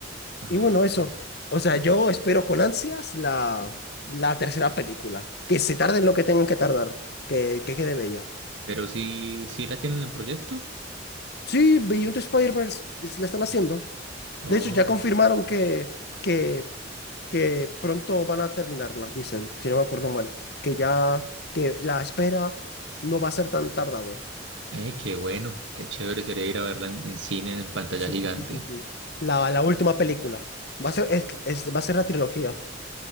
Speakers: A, on the right (about 75°); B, on the left (about 60°).
A: ajá.
B: Y bueno, eso. O sea,
A: Bueno, Pero
B: yo espero con ansias la, la tercera película. Que se tarden lo que tengan que tardar. Que, que quede bella.
A: sí, sí la tienen en proyecto.
B: Sí, Beyond the Spider-Verse la están haciendo.
A: Oh,
B: De hecho, ya confirmaron que, que, que pronto van a terminarla, dicen, si no me acuerdo mal. Que ya, que la espera no va a ser tan tardado.
A: eh, qué bueno, qué chévere sería ir a verla en, en cine, en pantalla
B: Sí,
A: gigante.
B: sí, sí, sí, sí. La, la última película. Va a ser, es- es- va a ser la trilogía.